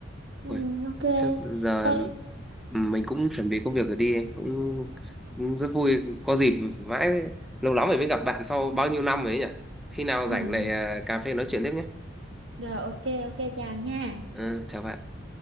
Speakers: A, on the right; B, in the centre.
A: ừ
B: Ôi,
A: ok
B: trước giờ
A: thôi
B: Ừ, mình cũng chuẩn bị công việc rồi đi cũng, cũng rất vui có dịp mãi mới- lâu lắm rồi mới gặp bạn sau bao
A: <laughs>
B: nhiêu năm rồi ấy nhỉ khi nào
A: ừ
B: rảnh lại à, cà phê nói chuyện tiếp nhé
A: rồi ok ok chào nha
B: ừ, chào bạn